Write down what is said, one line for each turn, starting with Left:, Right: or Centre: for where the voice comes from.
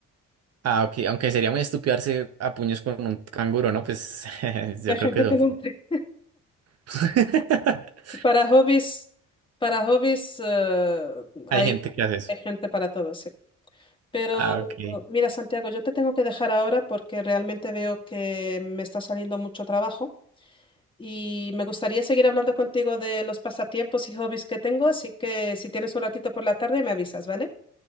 Right: Ah, ok, aunque sería muy estúpido darse a puños con un canguro, ¿no? Pues <laughs> yo
Left: Hay
Right: creo
Left: gente
Right: que son
Left: que lo
Right: flojos.
Left: hace.
Right: <laughs>
Left: Para hobbies, para hobbies, eh, hay,
Right: Hay gente que hace eso.
Left: hay gente para todo, sí. Pero
Right: Ah, ok.
Left: mira, Santiago, yo te tengo que dejar ahora porque realmente veo que me está saliendo mucho trabajo y me gustaría seguir hablando contigo de los pasatiempos y hobbies que tengo, así que si tienes un ratito por la tarde me avisas, ¿vale?